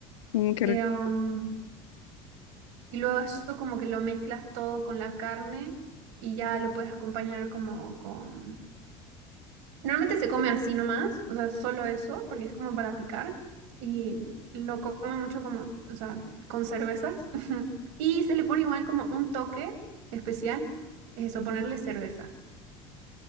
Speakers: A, on the left (about 85°); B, on the right (about 70°).
A: Mm, qué
B: Eh,
A: rico.
B: um, y luego eso como que lo mezclas todo con la carne y ya lo puedes acompañar como con Normalmente se come así nomás, o sea, solo eso, porque es como para picar. Y lo come mucho como, o sea, con cervezas. <laughs> Y se le pone igual como un toque especial, es eso, ponerle cerveza.